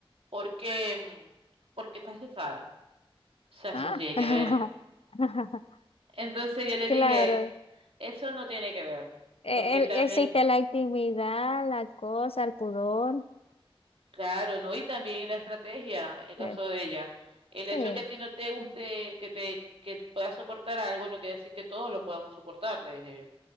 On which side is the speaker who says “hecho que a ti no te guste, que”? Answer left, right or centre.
Right